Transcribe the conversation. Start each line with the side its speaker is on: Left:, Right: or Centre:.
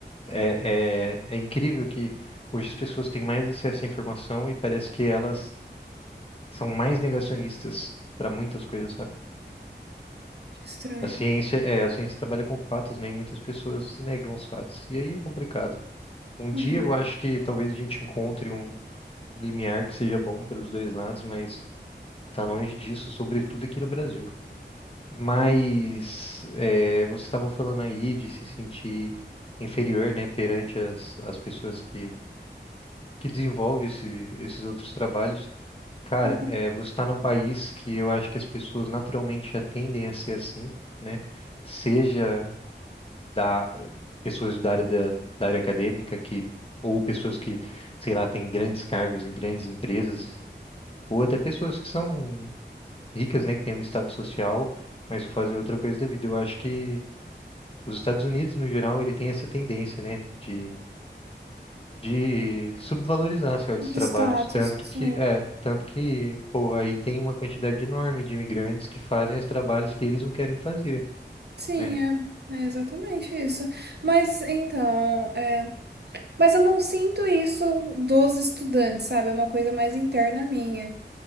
Left: é, é, é incrível que hoje as pessoas têm mais acesso à informação e parece que elas são mais negacionistas para muitas coisas, sabe?
Right: Que estranho.
Left: A ciência é, a ciência trabalha com fatos, né, e muitas pessoas negam os fatos. E aí é complicado. Um dia
Right: Uhum,
Left: eu acho que talvez a gente encontre um limiar que seja bom para os dois lados, mas tá longe disso, sobretudo aqui no Brasil. Mas
Right: uhum,
Left: é, você estava falando aí de se sentir inferior, né, perante as, as pessoas que, que desenvolvem esse, esses outros trabalhos. Cara,
Right: uhum.
Left: é, você está num país que eu acho que as pessoas naturalmente já tendem a ser assim, né? Seja da pessoas da área da, da área acadêmica que ou pessoas que, sei lá, têm grandes cargos em grandes empresas, ou até pessoas que são ricas, né, que têm um status social, mas que fazem outra coisa da vida. Eu acho que Os Estados Unidos, no geral, ele tem essa tendência, né, de, de subvalorizar certos
Right: De
Left: trabalhos,
Right: status,
Left: tanto
Right: sim.
Left: que, é, tanto que, pô, aí tem uma quantidade enorme de imigrantes que fazem os trabalhos que eles não querem fazer,
Right: Sim,
Left: né?
Right: é, é exatamente isso. Mas então, é, mas eu não sinto isso dos estudantes, sabe? É uma coisa mais interna minha.